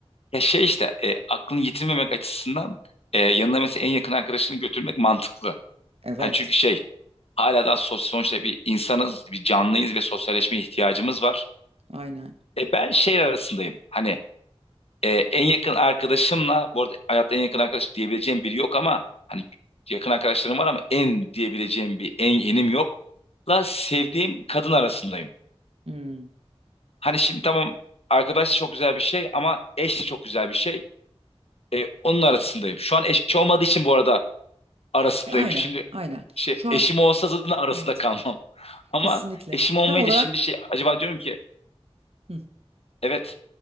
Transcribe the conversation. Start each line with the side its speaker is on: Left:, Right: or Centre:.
Left: Ya şey işte e, aklını yitirmemek açısından e, yanına mesela en yakın arkadaşını götürmek mantıklı.
Right: Evet,
Left: Hani çünkü şey hala daha sosyal sonuçta bir insanız, bir canlıyız ve sosyalleşme ihtiyacımız var.
Right: aynen.
Left: E, ben şey arasındayım. Hani e, en yakın arkadaşımla bu arada hayatta en yakın arkadaş diyebileceğim biri yok ama hani yakın arkadaşlarım var ama en diyebileceğim bir en yenim yok. La sevdiğim kadın arasındayım.
Right: Hmm.
Left: Hani şimdi tamam arkadaş çok güzel bir şey ama eş de çok güzel bir şey. E, onun arasındayım. Şu an eşim olmadığı için bu arada arasındayım.
Right: E, aynen,
Left: Şimdi
Right: aynen.
Left: şey
Right: Şu an
Left: eşim olsa zaten arasında
Right: evet.
Left: kalmam. Ama
Right: Kesinlikle.
Left: eşim olmayınca
Right: Tam olarak
Left: şimdi şey acaba diyorum ki
Right: hı,
Left: evet